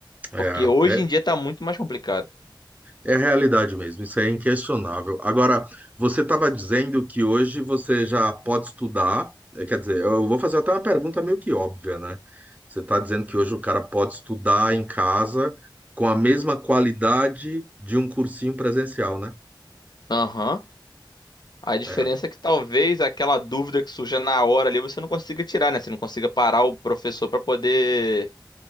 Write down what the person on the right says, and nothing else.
É,
é
É a realidade mesmo, isso é inquestionável. Agora, você estava dizendo que hoje você já pode estudar, eh, quer dizer, eu vou fazer até uma pergunta meio que óbvia, né? Você está dizendo que hoje o cara pode estudar em casa com a mesma qualidade de um cursinho presencial, né?
É.